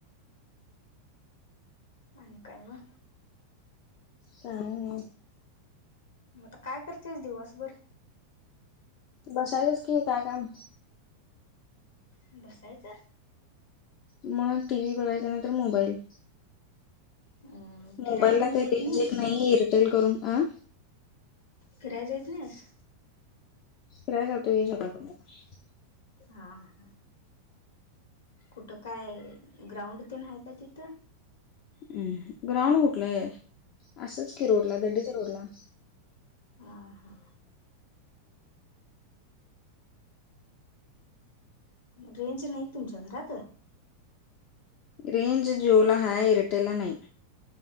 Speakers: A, on the left; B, on the left.
A: आणि काय मं.
B: सांग.
A: मगता काय करतेस दिवसभर?
B: बसायचच की, काय काम?
A: बसायच.
B: मग टी व्ही बघायच नाही तरर मोबाईल.
A: अ फिरायला
B: मोबाईलला
A: पण जायत
B: का रेंज
A: नाहीस
B: येत नाहीये. एअरटेल करून अ
A: फिराय जायच नाही आस.
B: फीराय जातो हे सगला <unintelligible>
A: हा हा. कुठं काय ग्राउंड तेन हाय काय तिथं?
B: हम्म. ग्राउंड कुठलंय. असंच की रोडला दड्डीच्या रोडला.
A: हा हा. रेंज नाही तुमच्या घरात?
B: रेंज जिओ ला हाय. एरटेल ला नाही.